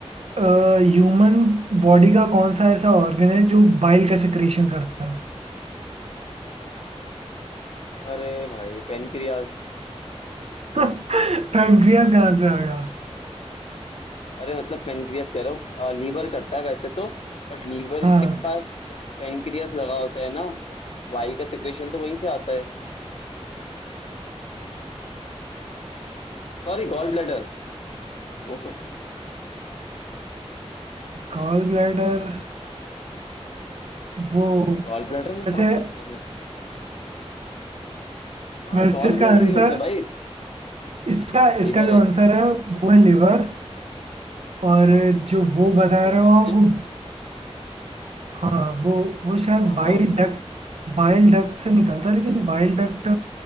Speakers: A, on the right; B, on the left.
A: ह्यूमन बॉडी का कौन सा ऐसा ऑर्गन है जो बाइल का सेक्रेशन करता है
B: अरे भाई पेनक्रियास
A: <laughs> पैंक्रियास कहाँ से आ गया
B: अरे मतलब पेनक्रियास कह रहा हूँ लीवर करता है वैसे तो बट लीवर
A: हाँ
B: के पास पेनक्रियास लगा होता है ना तो वाइल का सिक्रेशन तो वहीं से आता है सॉरी गॉल ब्लैडर वो करता है
A: गॉल ब्लैडर वो
B: गॉल ब्लैडर में
A: वैसे
B: कहाँ
A: <laughs>
B: पहुंच गया मैं हाँ
A: वैसे
B: गॉल
A: इसका
B: ब्लैडर
A: आंसर
B: ही होता है भाई
A: इसका इसका
B: लीवर
A: जो
B: है
A: आंसर है वो है लिवर और जो वो बता
B: बट
A: रहे हो आप
B: जस्ट
A: वो हाँ वो वो शायद
B: हाँ
A: बाइल
B: हाँ बताओ
A: डक्ट बाइल डक्ट से निकलता है लेकिन बाइल डक्ट